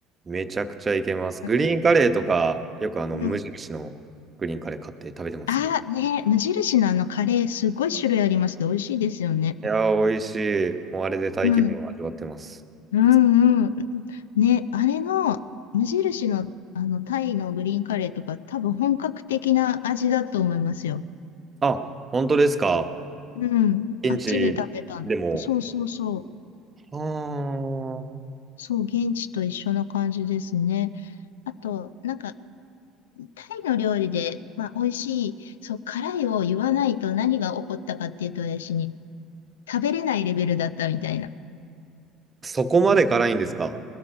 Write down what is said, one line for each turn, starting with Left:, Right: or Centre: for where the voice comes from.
Right: めちゃくちゃいけます。
Left: うん。
Right: グリーンカレーとか、よくあの、
Left: うん。
Right: 無印のグリーンカレー買って食べてますね。
Left: ああ、ね、無印のあのカレー、すごい種類ありますけど、美味しいですよね。
Right: いやー、美味しい。もうあれでタイ気分を味わってます。
Left: うん、うん、
Right: いつ
Left: うん。ね、あれの、無印の、あの、タイのグリーンカレーとか、多分本格的な味だと思いますよ。
Right: あ、本当ですか
Left: うん、
Right: 現地でも
Left: あっちで食べたの。そうそうそう。
Right: あー
Left: そう、現地と一緒な感じですね。あと、なんか、タイの料理で、まあ、美味しい、そう、辛いを言わないと何が起こったかっていうと、私に、食べれないレベルだったみたいな。
Right: そこまで辛いんですか。